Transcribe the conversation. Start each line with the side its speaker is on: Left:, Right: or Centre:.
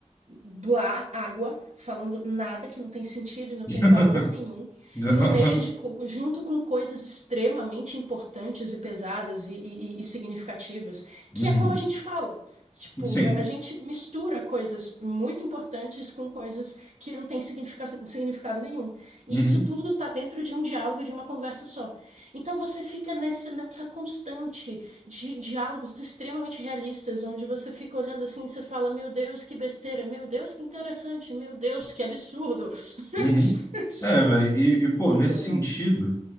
Right: blá, água, falando nada que não tem sentido e não
Left: <laughs>
Right: tem valor nenhum,
Left: Aham.
Right: no meio de, co- junto com coisas extremamente importantes e pesadas e, e- e significativas, que
Left: Uhum.
Right: é como a gente fala. Tipo,
Left: Sim.
Right: a a gente mistura coisas muito importantes com coisas que não têm significa- significado nenhum. E
Left: Uhum.
Right: isso tudo tá dentro de um diálogo, e de uma conversa só. Então você fica nessa, nessa constante de diálogos extremamente realistas, onde você fica olhando assim e você fala, meu Deus, que besteira, meu Deus, que interessante, meu Deus, que absurdo.
Left: Uhum.
Right: <laughs>
Left: É, velho, e, e, pô,
Right: Muito
Left: nesse
Right: legal.
Left: sentido,